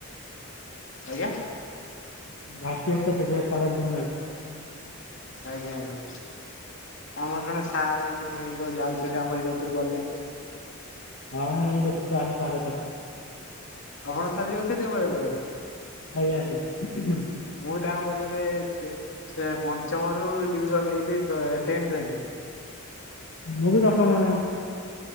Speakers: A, on the left (about 55°); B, on the left (about 75°).
A: ଆଜ୍ଞା।
B: <unintelligible>
A: ଆଜ୍ଞା ଆଜ୍ଞା ଆମର ଜଣେ ସାରେ ଯାଉଛନ୍ତି ଆମରି କତିରୁ ଗଲେ।
B: <unintelligible>
A: ଆପଣ ସାରିକି ଅଛନ୍ତି <unintelligible>
B: ଆଜ୍ଞା। ଆଜ୍ଞା।
A: ମୁଁ <unintelligible> <unintelligible> ପଞ୍ଚମରୁ ଟ୍ୟୁସନ୍ ହେଲି ଟେନ୍ଥ <unintelligible>
B: ମୁଁ ବି ଦଶମ